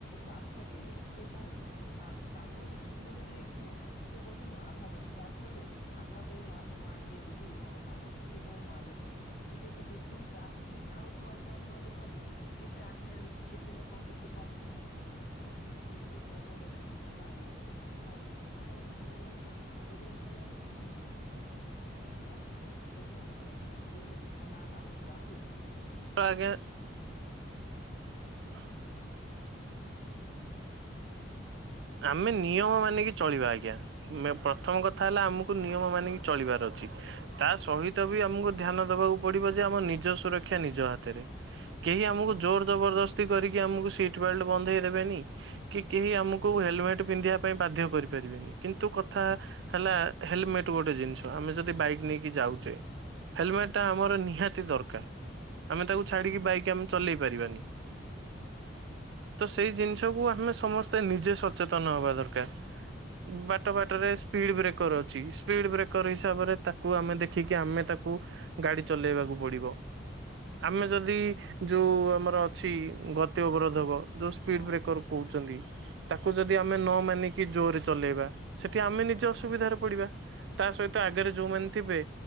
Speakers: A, on the left; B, on the right.
A: ଚାରି ଛକିରେ ସେ କଣ ହଉଛି ତା-ତାଙ୍କର ବି କିଛି ଗୋଟେ ରିସ୍କ ନାହିଁ ସେ କଛନ୍ତି ଆମ ପାଇଁ ଚାରି ଛକିରେ ଆପଣ କହିବେ ନା ମୁଁ ଆଗେ ଯିବି ମୋର କାମ ଅଛି ସେଏ କହିବେ ମୁଁ ଆଗେ ଯିବି ଏମି଼ତି କେତେ ପୁଣି ଟ୍ରାଫିକ୍ ବି ଥାଉ ଥାଉ ଆଜ୍ଞା ଆପଣ ଦେଖୁନାହାନ୍ତି କେତେ ଆକ୍ସିଡେଣ୍ଟ ହେଇକି କେତେ କେତେ ଲୋକ କେତେ କମ କରୁଛନ୍ତି ଖାସ କରି ଦେଖିବେ ବଡ ବଡ ଗାଡି ବାଇକ୍ ମାନେ ନର୍ମାଲ ଆମେ ଆମେ ମାନେ କଣ ଘରୁ ବାହାରିବା ମାନେ ଆମେ ନିଜେ ସୁରକ୍ଷା ଯମେ ବାଇକ୍ ନେଇଯାଉ ଘରୁ ଆମେ ପୁରା ଇଏ କରି ନାଁ ନାଁ ନାଁ ଆମେ ଟ୍ରାଫିକ୍ କହୁଛି ମାନେ
B: ତ ଆଜ୍ଞା
A: ଚେକକିଙ୍ଗ ହୋଉଛି ଆମେ ପିନ୍ଦିଦବା।
B: <inaudible> ଆମେ ନିୟମ ମାନିକି ଚଳିବା ଆଜ୍ଞା ମ୍ ପ୍ରଥମ
A: ହଁ
B: କଥା ହେଲା ଆମକୁ ନିୟମ ମାନିକି ଚଳିବାର ତା ସହିତ ବି ଆମକୁ ଧ୍ୟାନ ଦବାକୁ ପଡିବ ଯେ ଆମ ନିଜ ସୁରକ୍ଷା ନିଜ ହାତରେ। କେହି
A: ହଁ
B: ଆମକୁ ଜୋର ଜବରଦସ୍ତି କରି ଆମକୁ ସିଟ ବେଲଟ ବନ୍ଧେଇ ଦେବେନି। କି କେହି ଆମକୁ ହେଲମେଟ ପିନ୍ଧିବା ପାଇଁ ବାଧ୍ୟ କରିପାରିବେନି। କିନ୍ତୁ କଥା ହେଲା ହେଲମେଟ ଗୋଟେ ଜିନିଷ ଆମ ଆମେ ଯଦି ବାଇକ ନେଇକି ଯାଉଛେ ହେଲମେଟ
A: ହଁ
B: ଟା ଆମର ନିହାତି ଦରକାର। ଆମେ ତାକୁ
A: ସେଟା
B: ଛାଡିକି ବାଇକ ଆମେ ଚଲେଇ ପାରିବାନି। ତ ସେଇ ଜିନିଷକୁୁ ଆମେ ସମସ୍ତେ ନିଜେ ସଚେତନ ହବା ଦରକାର ବାଟ ବାଟରେ ସ୍ପିଡ ବ୍ରେକର ଅଛି। ଅଛି ସ୍ପୀଡ଼ ବ୍ରେକର ହିସାବରେ ତା କୁ ଆମେ ଦେଖିକି ଆମେ ତାକୁ ଗାଡି ଚଲେଇବାକୁ ପଡିବ। ଆମେ ଯଦି ଯୋଉ ଆମର ଛି ଗତି ଅବରୋଧକ ଯେଉଁ ସ୍ପିଡ଼୍
A: ହଁ
B: ବ୍ରେକର କହୁଛନ୍ତି। ତାକୁ ଯଦି ଆମେ ନ ମାନିକି ଜୋରରେ ଚଲେଇବା ସେଠି ଆମେ ନିଜେ ଅସୁବିଧାରେ ପଡିବା। ତା ସହିତ ଆଗରେ ଯୋଉମାନେ ଥିବେ